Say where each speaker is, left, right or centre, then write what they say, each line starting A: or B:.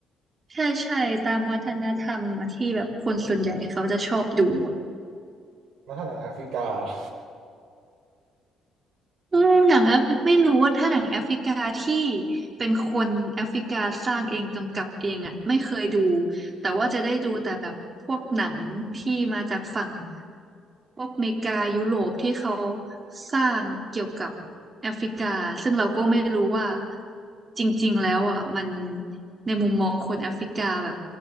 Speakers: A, on the right (about 30°); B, on the right (about 75°).
A: ใช่ใช่ตามวัฒนธรรมที่แบบคนส่วนใหญ่เขาจะชอบดู
B: แล้วถ้าหนังแอฟริกาล่ะ
A: อืมหนังแอฟไม่รู้ว่าถ้าหนังแอฟริกาที่เป็นคนแอฟริกาสร้างเองกำกับเองอ่ะไม่เคยดูแต่ว่าจะได้ดูแต่แบบพวกหนังที่มาจากฝั่งพวกอเมริกายุโรปที่เขาสร้างเกี่ยวกับแอฟริกาซึ่งเราก็ไม่รู้ว่าจริงๆแล้วอ่ะมันในมุมมองคนแอฟริกาแบบ